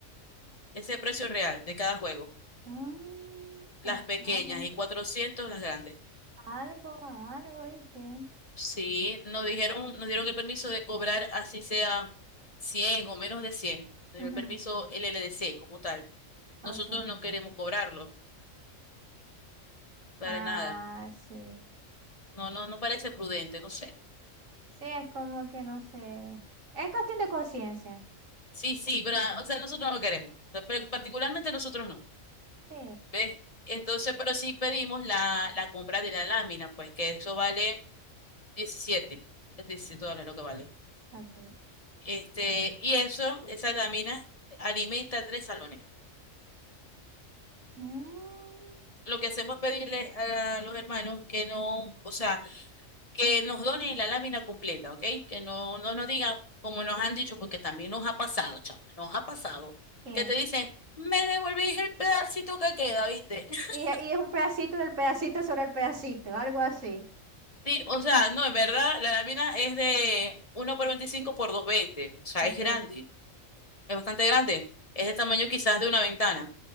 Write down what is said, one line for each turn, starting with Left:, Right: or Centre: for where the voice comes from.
Left: ese precio real de cada juego.
Right: Ah,
Left: las
Right: es
Left: pequeñas
Right: algo,
Left: y 400 las grandes.
Right: algo, algo, ¿viste?
Left: Sí, nos dijeron, nos dieron el permiso de cobrar así sea 100 o menos de cien Nos
Right: Ujú,
Left: dio el permiso LLDC como tal.
Right: Ok.
Left: Nosotros no queremos cobrarlo para
Right: Ah,
Left: nada.
Right: sí.
Left: No, no, no parece prudente, no sé.
Right: Sí, es como que no sé. Es cuestión de conciencia.
Left: Sí, sí, pero ah, o sea, nosotros no queremos. Pero particularmente nosotros no.
Right: Sí,
Left: ¿Ves? Entonces, pero sí pedimos la, la compra de la lámina, pues que eso vale diecisiete es 17 dólares lo que vale.
Right: ok.
Left: Este, y eso, esa lámina, alimenta tres salones.
Right: Mm,
Left: Lo que hacemos es pedirle a los hermanos que no, o sea, que nos donen la lámina completa, ¿ok? Que no, no nos digan como nos han dicho, porque también nos ha pasado, chama, nos ha pasado,
Right: ¿qué?
Left: que te dicen, me devolvéis el pedacito que queda, ¿viste? <laughs>
Right: Y, y es un pedacito del pedacito sobre el pedacito, algo así.
Left: Sí, o sea, no, en verdad, la lámina es de uno por 25 por 220, o sea,
Right: Ok.
Left: es grande, es bastante grande, es de tamaño quizás de una ventana,